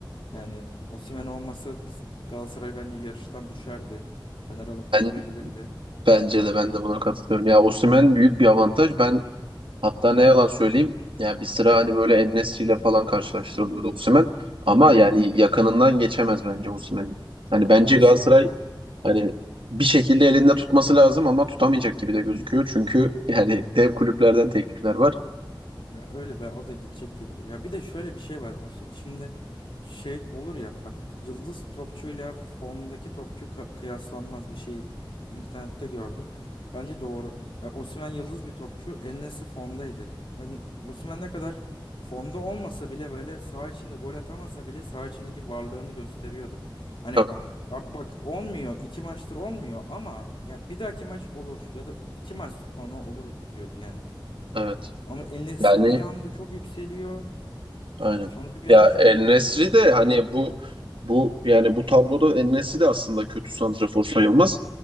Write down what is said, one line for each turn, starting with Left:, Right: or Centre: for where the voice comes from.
Left: Yani Osimhen olmasa biz Galatasaray bence yarıştan düşerdi. Fener alıp götürebilirdi.
Right: Ben, bence de ben de buna katılıyorum. Ya Osimhen büyük bir avantaj. Ben Hatta
Left: Hı
Right: ne
Left: hı.
Right: yalan söyleyeyim, Yani bir sıra hani böyle En-Nesyri ile falan karşılaştırılıyordu
Left: Hı hı.
Right: Osimhen. Ama
Left: Hı
Right: yani
Left: hı.
Right: yakınından geçemez bence Osimhen'in. Hani bence
Left: Ya işte
Right: Galatasaray hani bir şekilde elinde tutması lazım ama tutamayacak gibi de gözüküyor. Çünkü yani dev kulüplerden teklifler var.
Left: Ya öyle be o da gidecek gibi duruyor. Ya bir de şöyle bir şey var. Osim şimdi şey olur ya bak yıldız topçuyla formdaki topçu ka- kıyaslanmaz bir şey internette gördüm. Bence doğru. Ya Osimhen yıldız bir topçu. en formdaydı. Ben- Osimhen ne kadar formda olmasa bile böyle saha içinde gol atamasa bile saha içindeki varlığını gösteriyordu. Hani
Right: Bak,
Left: ya bak olmuyor iki maçtır olmuyor ama ya bir dahaki maç olur ya da iki maç sonra olur diyordu yani.
Right: evet.
Left: Ama El Nesri
Right: Yani
Left: bir anda çok yükseliyor.
Right: Aynen.
Left: Sonra bir
Right: Ya
Left: anda çok
Right: En-Nesyri
Left: dibe
Right: de
Left: düşüyor.
Right: hani bu bu yani bu tabloda En-Nesyri de aslında kötü santrafor sayılmaz.